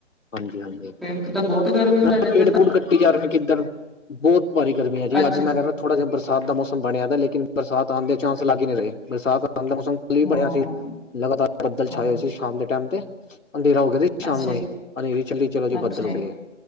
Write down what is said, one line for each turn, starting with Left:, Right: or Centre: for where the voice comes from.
Left: ਹਾਂਜੀ ਹਾਂਜੀ।
Centre: ਫਿਰ ਤਾਂ ਬਹੁਤ ਗਰਮੀ ਹੋ
Left: ਨਾਲੇ
Centre: ਤੁਹਾਡੇ ਇੱਧਰ
Left: ਪੇੜ
Centre: ਤਾਂ
Left: ਪੂੜ ਕੱਟੀ ਜਾ ਰਹੇ ਨੇ ਕਿੱਧਰ ਬਹੁਤ ਭਾਰੀ ਗਰਮੀ ਹੈ ਜੀ
Centre: ਅੱਛਾ
Left: ਅੱਜ ਮੈਂ ਕਹਿ ਰਿਹਾ ਥੋੜ੍ਹਾ ਜਾ ਬਰਸਾਤ ਦਾ ਮੌਸਮ ਬਣਿਆ ਦਾ ਲੇਕਿਨ ਬਰਸਤ ਆਣ ਦੇ ਚਾਂਸ ਲਗ ਹੀ ਨਹੀਂ ਰਹੇ ਬਰਸਾਤ ਆਨ ਦਾ ਮੌਸਮ ਮੀਹ ਬਣਿਆ
Centre: ਹਾਂ
Left: ਸੀ ਲਗਾਤਾਰ ਬੱਦਲ
Centre: ਹਾਂਜੀ,
Left: ਛਾਏ ਹੋਏ ਸੀ ਸ਼ਾਮ ਦੇ ਟਾਈਮ ਤੇ ਅੰਧੇਰਾ ਹੋ ਗਿਆ ਸੀ ਸ਼ਾਮ
Centre: ਅੱਛਾ
Left: ਨੂੰ
Centre: ਜੀ,
Left: ਹੀ। ਹਨੇਰੀ ਚੱਲੀ ਚਲੋ
Centre: ਅੱਛਾ
Left: ਬੱਦਲ ਉੱਡ
Centre: ਜੀ,
Left: ਗਏ